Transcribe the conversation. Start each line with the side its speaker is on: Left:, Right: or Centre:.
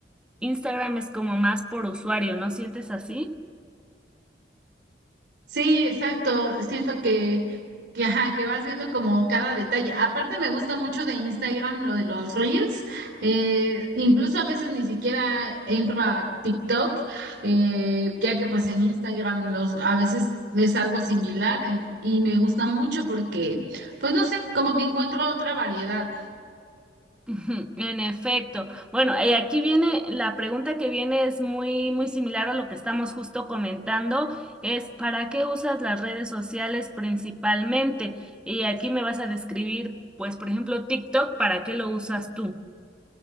Centre: Instagram es como más por usuario, ¿no sientes así?
Right: Sí, exacto. Siento que, que, ajá, que vas viendo como cada detalle. Aparte me gusta mucho de Instagram lo de los reels. Eh, incluso a veces ni siquiera entro a TikTok, eh, ya que pues en Instagram los, a veces es algo similar en- y me gusta mucho porque, pues no sé, como que encuentro otra variedad.
Centre: Ujú, En efecto. Bueno, eh, aquí viene, la pregunta que viene es muy, muy similar a lo que estamos justo comentando, es ¿para qué usas las redes sociales principalmente? Y aquí me vas a describir, pues, por ejemplo, TikTok, ¿para qué lo usas tú?